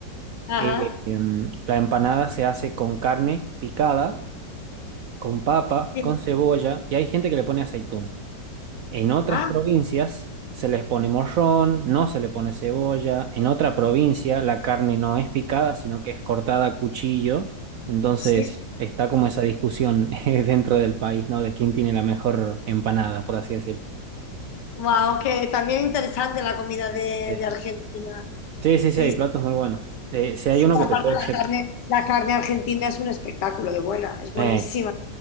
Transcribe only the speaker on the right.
eh, em, la empanada se hace con carne picada, con papa,
con cebolla, y hay gente que le pone aceitún. En otras
provincias se les pone morrón, no se le pone cebolla. En otra provincia la carne no es picada, sino que es cortada a cuchillo. Entonces
está como esa discusión <laughs> eh, dentro del país, ¿no? De quién tiene la mejor empanada, por así decirlo.
Sí,
sí, sí,
sí, hay platos muy buenos. Eh, si
hay uno que
te puedo...
rec-
Eh,